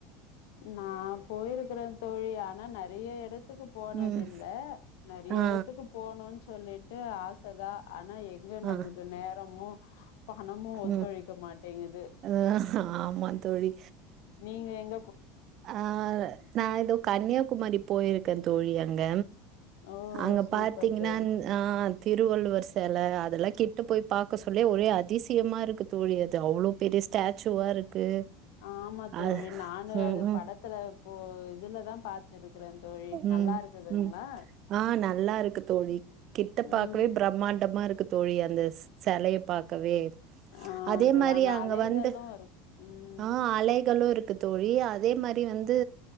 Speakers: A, on the left (about 75°); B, on the right (about 35°).
A: நா போயிருகிற தோழி ஆனா நெறைய எடதுக்கு போனது
B: ம்.
A: இல்ல நெறைய
B: ஆ
A: இடதுக்கு போணும்னு சொல்லிடு ஆசதா ஆனா எங்க
B: ஆ
A: நமக்கு நேரமு பணமு ஒத்துழைக
B: ம்.
A: மாட்டீங்குது
B: அ ஆமா தோழி.
A: நீங்க எங்
B: ஆ நா ஏதோ கன்னியாகுமரி போயிருக் க தோழி அங்க
A: ஓ
B: அங்க
A: சூப்பர்
B: பாத்தீங்ன்னா
A: தோழி
B: ஆ திருவள்ளுவர் செல அதெல்லா கிட்ட போய் பாக்க சொல்லி ஒரே அதிசியமா இருகு தோழி அது அவ்ளோ பெரிய ஸ்டாச்சுவா இருக்கு
A: ஆமா தோழி
B: அது
A: நானு
B: ம்
A: அது
B: ம்
A: படத்துல இப்போ இதுலதா பாத்துருகிறே தோழி நல்லா
B: ம்
A: இருக்குதுங்ளா
B: ம் ஆ நல்லா இருக்கு தோழி கிட்ட
A: ம்
B: பாக்கவே பிரம்மாண்டமா இருக்கு தோழி அந்த ஸ் செலைய பாக்கவே
A: ஆ
B: அதே
A: தோழி
B: மாரி அங்க
A: அலைகளு
B: வந்து
A: இரு ம்
B: ஆ அலைகளு இருக்கு தோழி அதே மாரி வந்து